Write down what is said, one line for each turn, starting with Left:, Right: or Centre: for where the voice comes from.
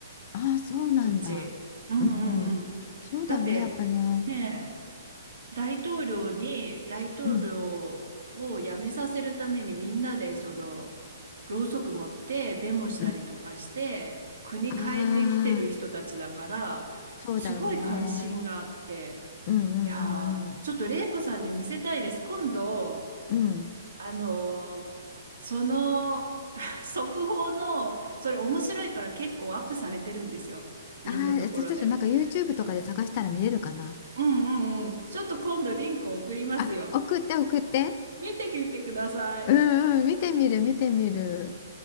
Left: う。ああ、そうなんだ。
Right: こっち。うんうんうん。
Left: うんうん。そうだよね、
Right: だって、
Left: やっぱね。
Right: ねえ、大統領に大統領を辞めさせるためにみんなでその、
Left: うん。
Right: ろうそく持ってデモしたりとかして、
Left: うん。
Right: 国変えてきてる人たちだから、
Left: ああ。そうだよね。
Right: すごい関心があって、
Left: うんうんうん
Right: いやー、ちょっと玲子さんに見せたいです。今度、
Left: うん。うん。
Right: あのーその、<laughs> 速報の、それ面白いから結構アップされてるんですよ。いろんなところで。
Left: ああ、じゃあちょっとなんか YouTube とかで探したら見れるかな。
Right: あうんうんうん。ちょっと今度リンク送りますよ。
Left: あ、送って送って。
Right: 見てみてください。
Left: うんうん、見てみる見てみる。